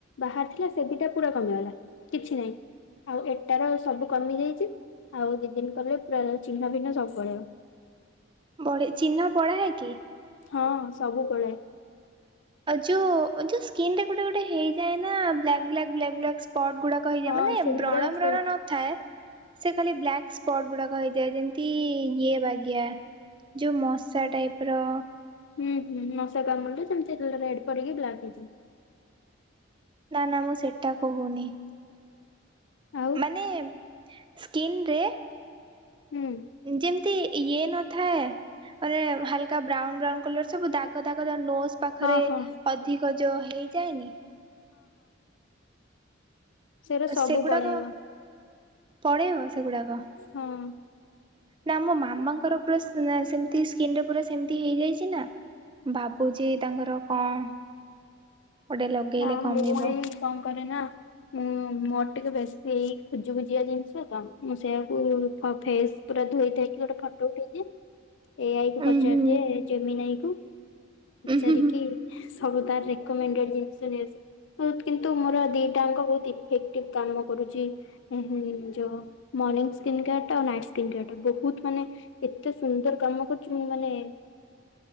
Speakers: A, on the left (about 65°); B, on the right (about 25°).
A: ବାହାରି ଥିଲା ସେ ଦିଟା ପୁରା କମିଗଲା କିଛି ନାହିଁ। ଆଉ ଏଟା ର ସବୁ କମି ଯାଇଛି ଆଉ ଦି ଦିନ କଲେ ପୁରା ଚିହ୍ନା ଫିହ୍ନ ସବୁ ପଳେଇବ।
B: ବଢ଼ି ଚିହ୍ନ ପଳାଏ କି?
A: ହଁ ସବୁ ପଳାଏ।
B: ଆଉ ଯୋଉ ଯୋଉ ସ୍କିିନ ରେ ଗୋଟେ ଗୋଟେ ହେଇଯାଏ ନା black black black black spot ଗୁଡ଼ାକ। କହିଯା
A: ହଁ
B: ମାନେ
A: ସେଗୁଡା
B: ବ୍ରଣ
A: ସେ
B: ବ୍ରଣ ନ ଥାଏ ସେ ଖାଲି ବ୍ଲାକ୍ ସ୍ପଟ ଗୁଡ଼ାକ ହେଇଯାଏ ଯେମିତି ଇଏ ବାଗିଆ। ଯେଉଁ ମଶା ଟାଇପ୍ର।
A: ହୁଁ ହୁଁ ମଶା କାମୁଡ଼ିଲେ ସେମିତି ରେଡ୍ ପଡ଼ିକି ବ୍ଲାକ୍ ହେଇଯିବ।
B: ନା ନା ମୁଁ ସେଟା କହୁନି।
A: ଆଉ
B: ମାନେ ସ୍କିିନ ରେ
A: ହୁଁ
B: <unintelligible> ନ୍ତି ଇଏ ନଥାଏ ମାନେ ହାଲକା ବ୍ରାଉନ୍ ବ୍ରାଉନ୍ କଲର ସବୁ ଦାଗ ଦାଗ ଯଉରା ନୋଜ ପାଖରେ
A: ହଁ ହଁ
B: ଅଧିକ ଯୋଉ ହେଇଯାଏନି।
A: ସେରା ସବୁ
B: ସେଗୁଡାକ
A: ପଳେଇବ।
B: ପଳେଇବ ସେଗୁଡ଼ାକ।
A: ହଁ।
B: ନା ମୋ ମାମାଙ୍କର ପୁରା ସେମତି ସ୍କିନ ରେ ପୁରା ସେମତି ହେଇଯାଇଛି ନା। ଭାବୁଛି ତାଙ୍କର କଣ? ଗୋଟେ ଲଗେଇଲେ
A: ନା
B: କମିବ
A: ମୁଁ ଏଇ କଣ କରେ ନା ମୁଁ ମୋର ଟିକେ ବେଶୀ ଏଇ ଖୁଜୁ ଖୁଜିଆ ଜିନିଷ ତ ମୁଁ ସେଇଆକୁ ଫ ଫେସ୍ ପୁରା ଧୋଇ ଧାଇକି ଗୋଟେ ଫଟୋ ଉଠେଇଦିଏ ଏଇ ଆଇ କୁ
B: ଉୁଁ
A: ପଚାରି
B: ହୁଁ
A: ଦିଏ ଯେମିିନ ଆଈ କୁ ପଚାର
B: ଉୁଁ ହୁଁ ହୁଁ
A: ଜି ସବୁ ତା ରେକୋମେଣ୍ଡେଡ଼ ନିଏ। କିନ୍ତୁ ମୋର ଦିଟାଙ୍କ ବହୁତ ଇଫେକ୍ଟିଭ କାମ କରୁଛି। ଉ ହୁଁ ଯୋଉ ମର୍ଣିଁ ସ୍କିନ୍ କେୟାର ଟା ଆଉ ନାଇଟ ସ୍କିନ୍ କେୟାର ଟା ବହୁତ୍ ମାନେ ଏତେ ସୁନ୍ଦର କାମ କରୁଛି ମୁଁ ମାନେ